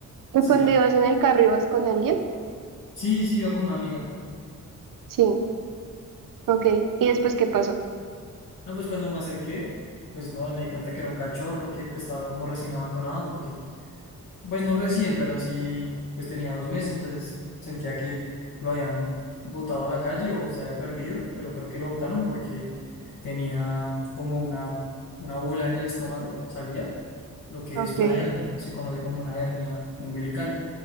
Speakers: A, on the right; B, on the left.
A: ¿Y
B: Sí,
A: cuando ibas en el carro ibas con alguien?
B: sí, sí, iba con una amiga.
A: Sí, ok. ¿Y después qué pasó?
B: No, pues cuando me acerqué, pues no, me di cuenta que era un cachorro que pues, estaba como recién abandonado porque Pues no recién, pero sí, pues tenía dos meses, entonces sentía que lo habían botado a la calle o se había perdido, pero creo que lo botaron porque tenía como una, una bola en el estómago, salía, lo que
A: Ok,
B: es una hernia, se conoce como una hernia umbilical.